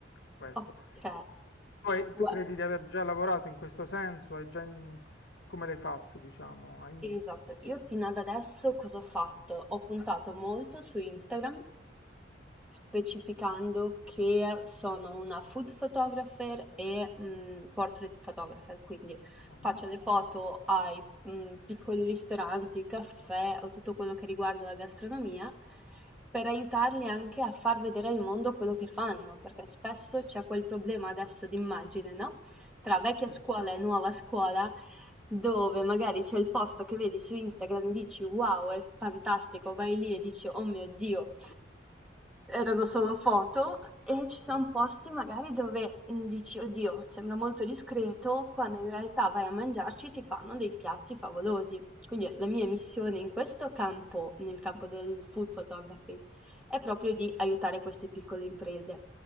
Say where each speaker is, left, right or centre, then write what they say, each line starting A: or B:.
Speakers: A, on the left (about 65°); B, in the centre.
A: Questo.
B: Ok.
A: Poi
B: Guarda.
A: tu credi di aver già lavorato in questo senso? Hai già in- Come l'hai fatto, diciamo? Hai...
B: Esatto, io fino ad adesso cosa ho fatto? Ho puntato molto su Instagram, specificando che sono una food photographer e mm, portrait photographer, quindi
A: Ah,
B: faccio le foto ai mm, piccoli ristoranti, caffè o tutto quello che riguarda la gastronomia per aiutarli anche a far vedere al mondo quello che fanno, perché spesso c'è quel problema adesso di immagine, no? Tra vecchia
A: Sì,
B: scuola e nuova scuola dove magari c'è il posto che vedi su Instagram e dici wow, è fantastico, vai lì e dici oh mio Dio, erano solo
A: sì,
B: foto, e ci sono
A: sì,
B: posti magari dove mm, dici oddio, sembra molto discreto, quando in realtà vai a mangiarci ti fanno dei piatti favolosi. Quindi la mia missione in questo campo, nel campo del food photography, è proprio di aiutare queste piccole imprese.